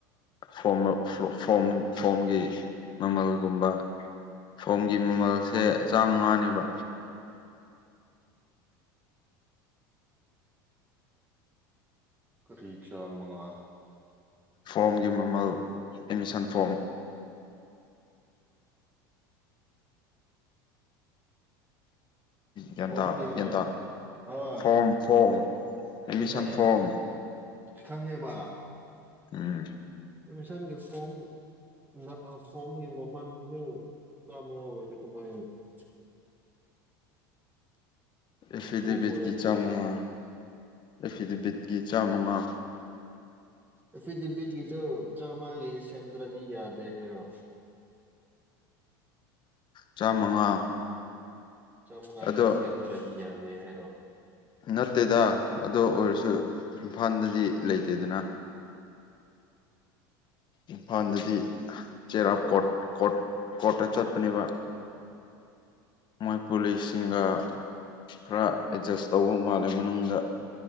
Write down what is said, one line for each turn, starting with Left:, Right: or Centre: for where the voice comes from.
Left: ꯐꯣꯝꯃꯥ ꯐꯣꯜ ꯐꯣꯝꯒꯤ ꯃꯃꯜꯒꯨꯝꯕ ꯐꯣꯝꯒꯤ ꯃꯃꯜꯁꯦ ꯆꯥꯝꯃꯉꯥꯅꯦꯕ
Right: ꯀꯔꯤꯆꯥꯥ ꯃꯉꯥ
Left: ꯐꯣꯝꯒꯤ ꯃꯃꯜ ꯑꯦꯠꯃꯤꯁꯟ ꯐꯣꯔꯝ ꯒ꯭ꯌꯥꯟꯇꯥ
Right: ꯐꯣꯟꯒꯤ
Left: ꯒ꯭ꯌꯥꯟꯇꯥ
Right: ꯑꯥ ꯑꯥ
Left: ꯐꯣꯔꯝ ꯐꯣꯔꯝ
Right: ꯑꯗꯨꯨꯅꯦ
Left: ꯑꯦꯠꯃꯤꯁꯟ ꯐꯣꯔꯝ
Right: ꯈꯪꯉꯦꯕ
Left: ꯎꯝ
Right: ꯑꯦꯃꯤꯁꯟ <unintelligible> <unintelligible>
Left: ꯢꯐꯤꯗꯦꯕꯤꯠꯀꯤ
Right: ꯍꯨꯏꯐꯨ ꯄꯨꯔꯛꯑꯦ
Left: ꯆꯥꯝꯃꯉꯥ ꯢꯐꯤꯗꯦꯕꯤꯠꯀꯤ ꯆꯥꯝꯃꯉꯥ
Right: ꯏꯐꯤꯗꯦꯕꯤꯠ ꯀꯤꯗꯣ ꯆꯥꯝꯒꯤ ꯁꯦꯝꯗ꯭ꯔꯗꯤ ꯌꯥꯗꯦ <unintelligible>
Left: ꯆꯥꯝꯃꯉꯥ
Right: ꯆꯥꯝꯃꯉꯥꯒꯤ
Left: ꯑꯗꯣ
Right: ꯁꯦꯝꯗ꯭ꯔꯗꯤ ꯌꯥꯗꯦ ꯍꯥꯏꯔꯣ
Left: ꯅꯠꯇꯦꯗ ꯑꯗꯨ ꯑꯣꯏꯔꯁꯨ ꯏꯝꯐꯥꯜꯗꯗꯤ ꯂꯩꯇꯦꯗꯅ ꯏꯝꯐꯥꯜꯗꯗꯤ ꯆꯦꯔꯥꯞ ꯀꯣꯔꯠ ꯀꯣꯔꯠ ꯀꯣꯔꯠꯇ ꯆꯠꯄꯅꯦꯕ ꯃꯣꯏ ꯄꯨꯂꯤꯁꯁꯤꯡꯒ ꯈꯔ ꯑꯦꯠꯖꯁ ꯇꯧꯕ ꯃꯥꯜꯂꯦ ꯃꯅꯨꯡꯗ